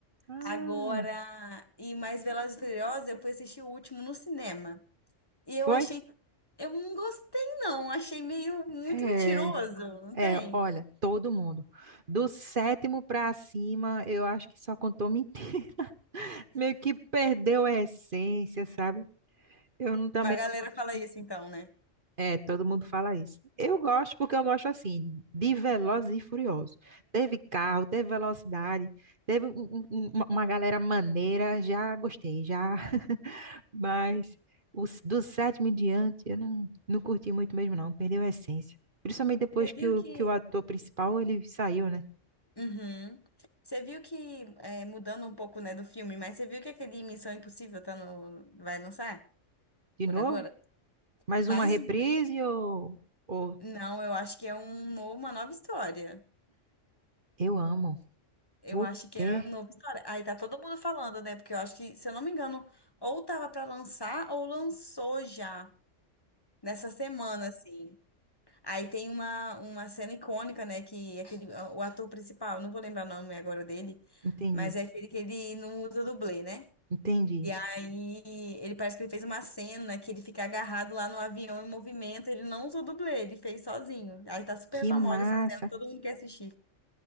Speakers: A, on the right; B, on the left.
A: Ah,
B: Agora, e mais Velozes e Furiosos, eu fui assistir o último no cinema. E
A: foi?
B: eu achei, eu não gostei não, achei meio muito
A: É,
B: mentiroso, não
A: é,
B: tem?
A: olha, todo mundo. Do sétimo pra cima, eu acho que só contou mentira. <laughs> Meio que perdeu a essência, sabe? Eu não- também
B: mas a galera
A: não gosto
B: fala isso então, né?
A: É, todo mundo fala isso. Eu gosto porque eu gosto assim, de Velozes e Furiosos. Teve carro, teve velocidade, teve um- um- um- uma uma galera maneira, já gostei, já, <laughs> mas os, do sétimo em diante eu não, não curti muito mesmo não, perdeu a essência. Principalmente depois
B: Você
A: que
B: viu
A: o,
B: que...
A: que o ator principal, ele saiu, né?
B: Uhum. Você viu que, é, mudando um pouco, né, do filme, mas você viu que aquele Missão Impossível tá no... vai lançar
A: De
B: por
A: novo,
B: agora?
A: mais
B: Mais
A: uma reprise
B: um.
A: ou, ou
B: Não, eu acho que é um novo- uma nova história.
A: eu amo.
B: Eu
A: O
B: acho que
A: quê?
B: é a nova história. Aí tá todo mundo falando, né? Porque eu acho que, se eu não me engano, ou tava pra lançar ou lançou já nessa semana, assim. Aí tem uma, uma cena icônica, né? Que é aquele, o ator principal, não vou lembrar o nome agora dele,
A: Entendi,
B: mas é aquele que ele não usa dublê, né?
A: entendi.
B: E aí ele parece que ele fez uma cena que ele fica agarrado lá no avião em movimento, ele não usou dublê, ele fez sozinho. Aí tá super
A: Que
B: famosa
A: massa.
B: essa cena, todo mundo quer assistir.